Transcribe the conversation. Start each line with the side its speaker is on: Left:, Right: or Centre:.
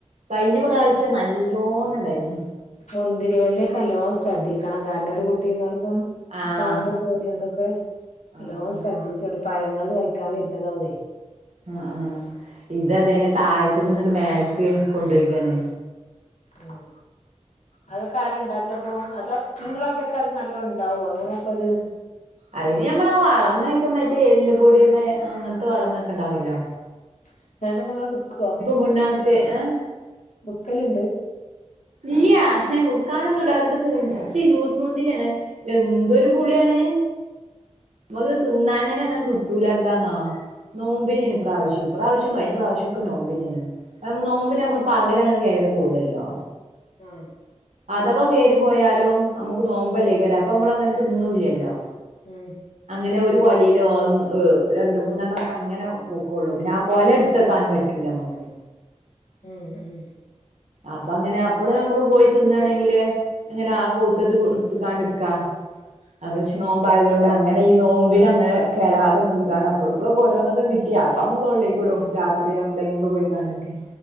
Right: കഴിഞ്ഞ പ്രാവശ്യം നല്ലോണം ഇണ്ടായിന്
Left: മുന്തിരിവെള്ളിയൊക്കെ അല്ലോ ശ്രദ്ധിക്കണം കാരണം ഒരു കുട്ടിന്നാൾ ഇപ്പം
Right: ആഹ്
Left: പാമ്പ് കോറി അതൊക്കെ വേ
Right: ആഹ്
Left: ല്ലോ ശ്രദ്ധിച്ചോടു പഴങ്ങള് കഴിക്കാൻ വര്ണതാവുവേ
Right: ആ ആ ഇത് അതേന്നെ താഴത്ത്‌ന്ന്ങ്ങണ്ട് മേലക്ക് കൊണ്ടുപോയിക്കണേ
Left: ഉം അതൊക്കെ ആരണ്ടാ ക്കപ്പോ അത് നിങ്ങളവിടെക്കെ അത് നല്ലോ ഒണ്ടാവോ അങ്ങനെയാപ്പത്
Right: അയിന് ഞമ്മളാ വളമെക്കെ മറ്റേ എല്ല്പ്പൊടിമേ അങ്ങനത്തെ വളമക്കെ ണ്ടാവല്ലോ
Left: <unintelligible> നിങ്ങള് വിക്കുവോ?
Right: പുണ്ണാക്ക് ഏഹ്
Left: വിക്കല്ണ്ട്
Right: ഇല്ല്യ ഹ് വിക്കാനൊന്നുണ്ടാവില്ല ഇത് പുളിച്ച് ജ്യൂസ് മുന്തിരിയാണ് എന്തൊരു പുളിയാണ് നമുക്ക് തിന്നാനേന്നെ ങ്ങനെ കിട്ടൂല എന്താന്നാ നോമ്പിനെന് പ്രാവശ്യം പ്രാവശ്യം കഴിഞ്ഞ പ്രാവശ്യം ഒക്കെ നോമ്പിനെണ് നോമ്പിനെ നമ്മള് പകലങ്ങനെ കേറി പോവുലല്ലോ
Left: ആഹ്‌
Right: അഥവാ കേറിപ്പോയാലും നമ്മുക്ക് നോമ്പല്ലേ കേറി അപ്പൊ നമ്മളങ്ങനെ തിന്നുല്ലല്ലോ
Left: ഉം
Right: അങ്ങനെ ഒരു കൊലയില് ഒ രണ്ട് മൂന്നെണ്ണൊക്കെ അങ്ങനെ പുക്കുള്ളു പിന്നെ ആ കൊല എടുത്തക്കാൻ പറ്റൂല നമ്മുക്ക്
Left: മ്മ് മ്മ്
Right: അപ്പൊ അങ്ങനെ അപ്പള് നമ്മള് പോയി തിന്നാണെങ്കില് അങ്ങനെ ആ പുത്തത് എടുത്തെങ്ങാണ്ട് ഇട്ക്കാ ആ
Left: ഉം
Right: പഷേ
Left: ഉം
Right: നോമ്പായതുകൊണ്ടങ്ങ ങ്ങനെ ഈ നോമ്പിന അങ്ങനെ കേറാതെ നിന്ന്ക്കണ്ട് അപ്പളു ഇപ്പളോക്ക ഓരോന്നൊക്കെ കിട്ടി യപ്പം നമ്മള് തൊള്ളേക്ക് ഇടും രാത്രി അപ്പടെങ്ങൊക്കെ പോയിക്കാണ്ടൊക്കെ